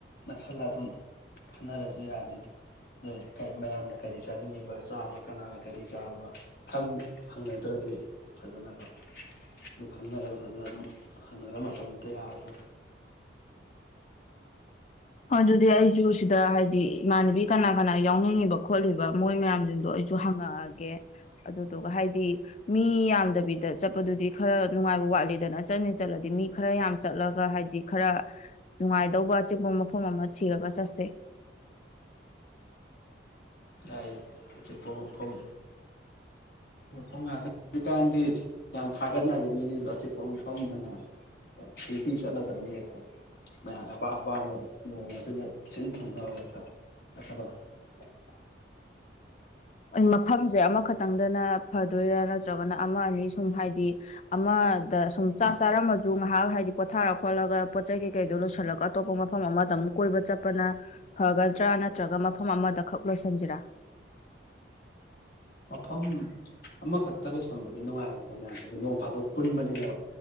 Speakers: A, on the left (about 50°); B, on the left (about 35°).
A: ꯅꯥꯁꯜꯂ ꯑꯗꯨꯝ ꯈꯟꯅꯔꯖꯨ ꯌꯥꯅꯤ ꯅꯣꯏ ꯃꯌꯥꯝꯅ ꯀꯔꯤ ꯆꯥꯅꯤꯡꯉꯤꯕ ꯆꯥꯕ ꯀꯅꯥꯅ ꯀꯔꯤ ꯆꯥꯕ ꯈꯪ ꯍꯪꯅꯗ꯭ꯔꯗꯤ ꯐꯖꯅꯀꯣ ꯑꯗꯨ ꯈꯪꯅꯔꯒ ꯐꯖꯅ ꯑꯗꯨꯝ ꯍꯪꯅꯔ ꯃꯇꯝꯗꯨꯗ ꯌꯥꯅꯕ
B: ꯑꯗꯨꯗꯤ ꯑꯩꯁꯨ ꯁꯤꯗ ꯍꯥꯏꯗꯤ ꯏꯃꯥꯟꯅꯕꯤ ꯀꯅꯥ ꯀꯅꯥ ꯌꯥꯎꯅꯤꯡꯉꯤꯕ ꯈꯣꯠꯂꯤꯕ ꯃꯣꯏ ꯃꯌꯥꯝꯖꯤꯡꯗꯣ ꯑꯩꯁꯨ ꯍꯪꯉꯛꯑꯒꯦ ꯑꯗꯨꯗꯨꯒ ꯍꯥꯏꯗꯤ ꯃꯤ ꯌꯥꯝꯗꯕꯤꯗ ꯆꯠꯄꯗꯨꯗꯤ ꯈꯔ ꯅꯨꯡꯉꯥꯏꯕ ꯋꯥꯠꯂꯤꯗꯅ ꯆꯠꯅꯤ ꯆꯠꯂꯗꯤ ꯃꯤ ꯈꯔ ꯌꯥꯝ ꯆꯠꯂꯒ ꯍꯥꯏꯗꯤ ꯈꯔ ꯅꯨꯡꯉꯥꯏꯗꯧꯕ ꯑꯆꯤꯛꯄ ꯃ ꯐꯝ ꯑꯃ ꯊꯤꯔ ꯆꯠꯁꯦ
A: <inaudible> ꯑꯆꯤꯛꯄ ꯃꯐꯝ ꯃꯐꯝ ꯉꯥꯛꯇ <unintelligible> ꯖꯤꯀꯥꯟꯗꯤ ꯌꯥꯝ ꯊꯥꯒꯠꯅꯔꯦ ꯃꯤꯁꯤꯡꯖꯨ ꯑꯆꯤꯛꯄ ꯃꯐꯝꯑꯅ ꯊꯤ ꯊꯤ ꯆꯠꯂꯗꯧꯅꯤ ꯍꯦꯛꯇ ꯃꯌꯥꯝꯒꯤ ꯑꯄꯥꯝ ꯑꯄꯥꯝꯕ ꯅꯣꯡꯃꯗꯨꯗ ꯁꯤꯟ ꯊꯨꯡꯅꯕ ꯍꯦꯛꯇ ꯆꯠꯀꯗꯕ <inaudible>
B: ꯃꯐꯝꯁꯦ ꯑꯃꯈꯛꯇꯪꯗꯅ ꯐꯗꯣꯏꯔꯥ ꯅꯠꯇ꯭ꯔꯒꯅ ꯑꯃ ꯑꯅꯤ ꯁꯨꯝ ꯍꯥꯏꯗꯤ ꯑꯃꯗ ꯁꯨꯝ ꯆꯥꯛ ꯆꯥꯔꯝꯃꯁꯨ ꯉꯥꯏꯍꯥꯛ ꯍꯥꯏꯗꯤ ꯄꯣꯊꯥꯔ ꯈꯣꯠꯂꯒ ꯄꯣꯠꯆꯩ ꯀꯩꯀꯩꯗꯣ ꯂꯣꯏꯁꯤꯜꯂꯒ ꯑꯇꯣꯞꯄ ꯃꯐꯝ ꯑꯃꯗ ꯑꯃꯨꯛ ꯀꯣꯏꯕ ꯆꯠꯄꯅ ꯐꯒꯗ꯭ꯔꯥ ꯅꯠꯇ꯭ꯔꯒ ꯃꯐꯝ ꯑꯃꯗ ꯈꯛ ꯂꯣꯏꯁꯤꯟꯖꯤꯔꯥ
A: ꯃꯐꯝ ꯑꯃꯈꯛꯇ ꯂꯣꯏꯁꯟꯕꯗꯤ ꯅꯨꯡꯉꯥꯏꯔꯣꯏꯗ ꯃꯌꯥꯝꯁꯦ ꯅꯣꯡ ꯐꯥꯗꯣꯛ ꯄꯨꯟꯕꯅꯤꯅ